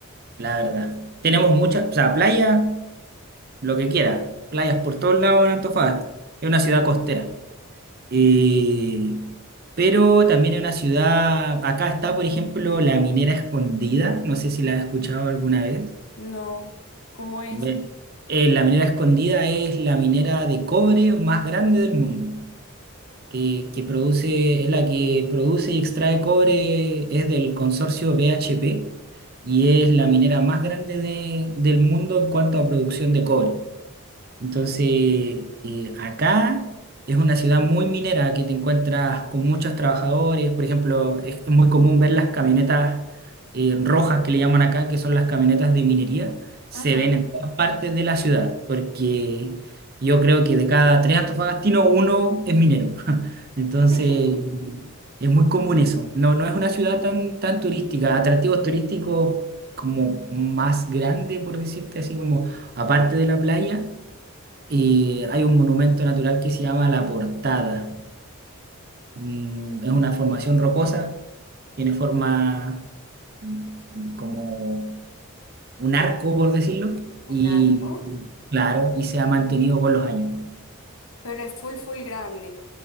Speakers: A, on the right; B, on the left.
A: la verdad. Tenemos muchas, o sea, playas, lo que quiera, playas por todos lados en Antofagasta. Es una ciudad costera. Y- pero también es una ciudad, acá está, por ejemplo, la Minera Escondida, no sé si la has escuchado alguna vez.
B: No. ¿Cómo es?
A: Ve- eh, la Minera Escondida es la minera de cobre más grande del mundo. que, que produce, es la que produce y extrae cobre, es del consorcio BHP y es la minera más grande de- del mundo en cuanto a producción de cobre. Entonces, eh, acá es una ciudad muy minera que te encuentras con muchos trabajadores. Por ejemplo, es es muy común ver las camionetas eh, rojas que le llaman acá, que son las camionetas de minería. Se
B: Ajá.
A: ven en todas partes de la ciudad, porque yo creo que de cada tres antofagastinos, uno es minero. <laughs> Entonces,
B: <laughs>
A: es muy común eso. No, no es una ciudad tan, tan turística. Atractivos turísticos como más grande, por decirte así, como aparte de la playa y hay un monumento natural que se llama La Portada. Mm, Es una formación rocosa, tiene forma mm, como un arco, por decirlo, y
B: Un arco.
A: claro, y se ha mantenido con los años.
B: Pero es full, full grande.